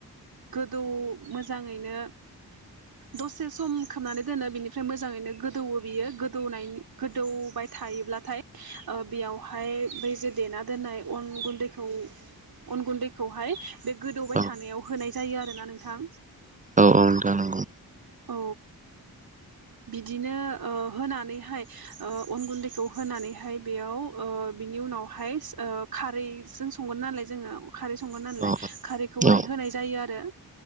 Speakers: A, on the right (about 70°); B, on the right (about 20°).
A: गोदौ मोजाङैनो दसे सम खोबनानै दोनो बेनिफ्राय मोजाङैनो गोदौवो बियो गोदौनायनि। गोदौबाय थायोब्ला। थाय बेयावहाय बै जे देना दोननाय अन गुन्दैखौ अन गुन्दैखौहाय। बे गोदौबाय
B: ओ औ
A: थानायाव होनाय। जायो आरोना नोंथां।
B: औ औ जानांगौ।
A: औ। बिदिनो होनानैहाय अन गुन्दैखौ होनानैहाय बेयाव बिनि उनावहाय खारैजों संगोन नालाय जोङो खारै संगोन नालाय
B: औ
A: खारैखौहाय
B: औ
A: होनाय जायो आरो।